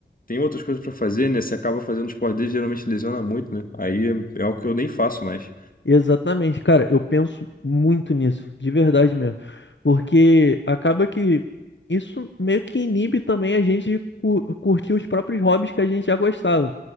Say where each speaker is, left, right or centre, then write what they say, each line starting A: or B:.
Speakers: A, on the left (about 50°); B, on the left (about 75°).
A: tem outras coisas pra fazer, né? Você acaba fazendo esporte dele, geralmente lesiona muito, né? Aí é é algo que eu nem faço mais.
B: Exatamente, cara, eu penso muito nisso, de verdade mesmo. Porque acaba que isso meio que inibe também a gente de cu- curtir os próprios hobbies que a gente já gostava.